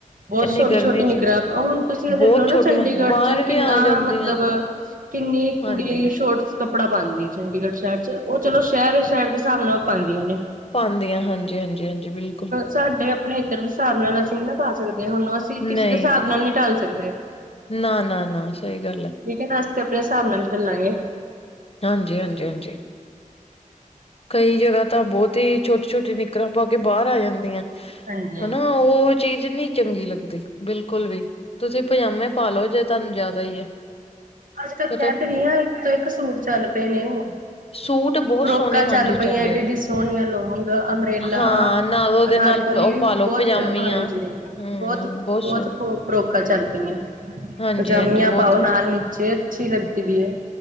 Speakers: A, on the right; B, on the left.
A: ਬਹੁਤ
B: ਇੰਨੀ
A: ਛੋਟੀ-ਛੋਟੀ
B: ਗਰਮੀ
A: ਨਿਕਰ,
B: ਚ
A: ਹੁਣ ਤੁਸੀਂ ਇਹ ਦੇਖਲੋ
B: ਬਹੁਤ
A: ਨਾ,
B: ਛੋਟੀਆਂ
A: ਚੰਡੀਗੜ੍ਹ
B: ਬਾਹਰ
A: ਚ ਕਿੰਨਾ,
B: ਵੀ ਆ ਜਾਂਦੀਆਂ
A: ਮਤਲਬ ਕਿੰਨੀ
B: ਹਾਂਜੀ-ਹਾਂਜੀ
A: ਕੁੜੀ ਛੋਟ ਕੱਪੜਾ ਪਾਉਂਦੀਆਂ, ਚੰਡੀਗੜ੍ਹ ਸ਼ਹਿਰ ਚ ਉਹ ਚਲੋ, ਸ਼ਹਿਰ ਸ਼ਹਿਰ ਦੇ ਹਿਸਾਬ ਨਾਲ ਉਹ ਪਾਉਦੀਆਂ ਨੇਂ
B: ਪਾਉਂਦੀਆਂ ਹਾਂਜੀ-ਹਾਂਜੀ-ਹਾਂਜੀ, ਬਿਲਕੁਲ
A: ਸਾਡੇ ਆਪਣੇ ਇੱਧਰ ਦੇ ਹਿਸਾਬ ਨਾਲ ਅਸੀਂ ਨਾ ਪਾ ਸਕਦੇ, ਹਾਂ ਹੁਣ ਅਸੀਂ ਕਿਸ
B: ਨਹੀਂ
A: ਦੇ ਹਿਸਾਬ ਨਾਲ ਨਹੀਂ ਟਾਲ ਸਕਦੇ।
B: ਨਾ, ਨਾ, ਨਾ, ਸਹੀ ਗੱਲ।
A: ਠੀਕ ਹੈ, ਨਾ ਅਸੀਂ ਆਪਣੇ ਹਿਸਾਬ ਨਾਲ ਚੱਲਾਂਗੇ।
B: ਹਾਂਜੀ, ਹਾਂਜੀ, ਹਾਂਜੀ। ਕਈ ਜਗ੍ਹਾ ਤਾਂ ਬਹੁਤ ਹੀ ਛੋਟੀ-ਛੋਟੀ ਨਿਕਲਾਂ ਪਾ ਕੇ ਬਾਹਰ ਆ ਜਾਂਦੀਆਂ।
A: ਹਾਂਜੀ,
B: ਹਨਾ ਉਹ ਚੀਜ਼ ਨਹੀਂ ਚੰਗੀ ਲੱਗਦੀ ਬਿਲਕੁਲ ਵੀ ਤੁਸੀਂ ਪਜਾਮੇ ਪਾ ਲਓ, ਜੇ ਤੁਹਾਨੂੰ ਜ਼ਿਆਦਾ ਹੀ ਹੈ।
A: ਅੱਜ-ਕੱਲ <unintelligible>
B: ਮਤਲਬ
A: ਆ ਇੱਕ ਤੋਂ ਇੱਕ ਸੂਟ ਚੱਲ ਪਏ ਨੇ ਉਹ
B: ਸੂਟ ਬਹੁਤ
A: ਫਰੋਕਾਂ
B: ਸੋਹਣੇ
A: ਚੱਲ
B: ਹਾਂਜੀ
A: ਪਈਆਂ,
B: ਚੱਲੇ
A: ਐਏਡੀਆ-ਐਏਡੀਆ
B: ਆ।
A: ਸੋਹਣੀਆਂ ਲੋਂਂਗ ਅਮਰੇਲਾ
B: ਹਾਂ ਨਾਲ ਉਹਦੇ
A: ਅਨਾਰ
B: ਨਾਲ
A: ਲੀ
B: ਉਹ ਪਾਲੋ
A: ਬਹੁਤ
B: ਪਜਾਮੀਆਂ
A: ਹਾਂਜੀ
B: ਹਮ
A: ਬਹੁਤ ਬਹੁਤ
B: ਸੋਹਣੇ
A: ਫਰੋਕਾਂ ਚੱਲ ਪਈਆਂ।
B: ਹਾਂਜੀ
A: ਪਜਾਮੀਆਂ
B: ਹਾਂਜੀ ਬਹੁਤ
A: ਪਾਓ, ਨਾਲ ਨੀਚੇ ਅੱਛੀ ਲੱਗਦੀ ਪਈ ਐ,